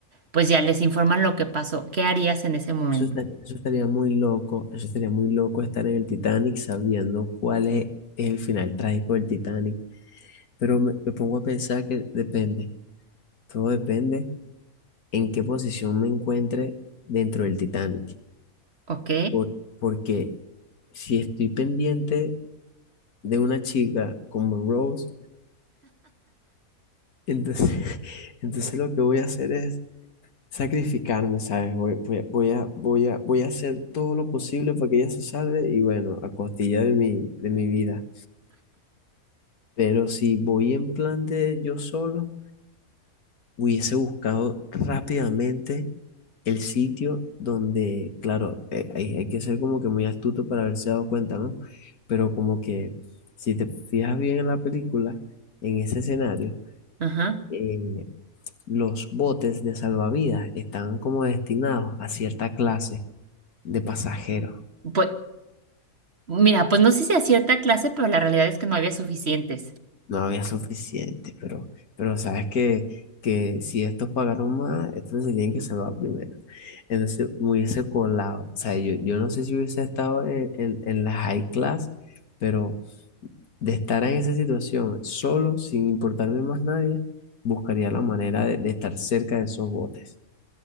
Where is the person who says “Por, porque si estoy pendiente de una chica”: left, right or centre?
Left